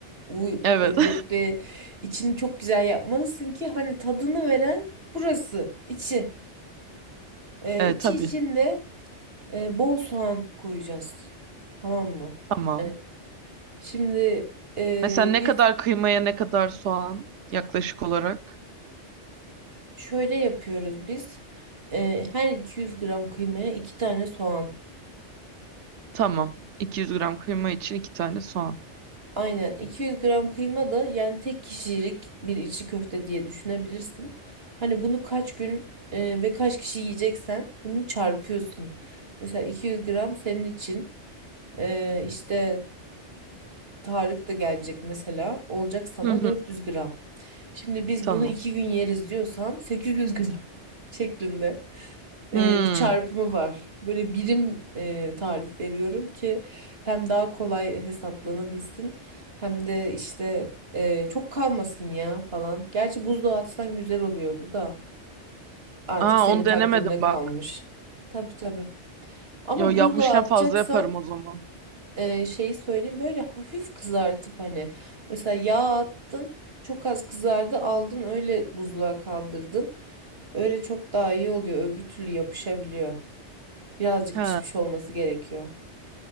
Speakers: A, on the right; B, on the right.
A: Bu
B: Evet.
A: öncelikle
B: <laughs>
A: içini çok güzel yapmalısın ki hani tadını veren burası, içi. E,
B: Evet
A: içi
B: tabii.
A: içinde E, bol soğan koyacağız. Tamam mı?
B: Tamam.
A: Hani şimdi e,
B: Mesela ne
A: biz
B: kadar kıymaya ne kadar soğan yaklaşık olarak?
A: şöyle yapıyoruz biz. E, her 200 gram kıymaya 2 tane soğan.
B: Tamam. 200 gram kıyma için iki tane soğan.
A: Aynen 200 gram kıyma da yani tek kişilik bir içi köfte diye düşünebilirsin. Hani bunu kaç gün e, ve kaç kişi yiyeceksen bunu çarpıyorsun. Mesela 200 gram senin için e, işte Tarık da gelecek mesela olacak sana
B: Hı hı.
A: 400 gram. Şimdi biz
B: Tamam.
A: bunu iki gün yeriz diyorsan 800 gram <laughs> şeklinde e,
B: Hmm.
A: bir çarpımı var. Böyle birim e, tarif veriyorum ki hem daha kolay hesaplanabilsin hem de işte e, çok kalmasın ya falan. Gerçi buzluğa atsan güzel oluyor bu da artık
B: Aa
A: senin
B: onu
A: takdirine
B: denemedim
A: kalmış.
B: bak.
A: Tabii tabii. Ama
B: Yo yapmışken
A: buzluğa atacaksan
B: fazla yaparım o zaman.
A: e, şeyi söyleyeyim böyle hafif kızartıp hani mesela yağ attın çok az kızardı aldın öyle buzluğa kaldırdın. Öyle çok daha iyi oluyor öbür türlü yapışabiliyor. Birazcık
B: He,
A: pişmiş olması gerekiyor.